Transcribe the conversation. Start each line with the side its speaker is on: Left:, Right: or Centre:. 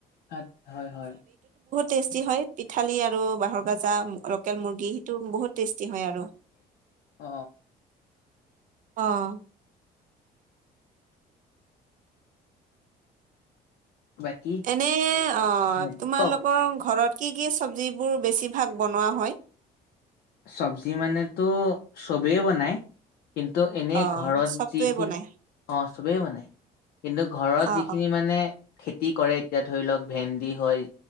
Left: আচছা হয় হয়
Right: টেষ্টি হয় পিঠালি আৰু বাহৰ যা লোকেল মুৰ্গী সেইটো বহুত টেষ্টি হয় আৰু
Left: অ
Right: অ
Left: বাকী
Right: এনে অ
Left: হয়।
Right: তোমালোকৰ
Left: কওক
Right: ঘৰত কি কি চবজিবোৰ বেছিভাগ বনোৱা হয়
Left: চব্জি মানেতো চবেই বনাই কিন্তু এনেই
Right: অ
Left: ঘৰত
Right: চবটোৱে
Left: যিখিনি
Right: বনাই
Left: অ চবেই বনায় কিন্তু ঘৰত
Right: অ
Left: যিখিনি মানে খেতি কৰে এতিয়া ধৰি লওক ভেন্দি হয়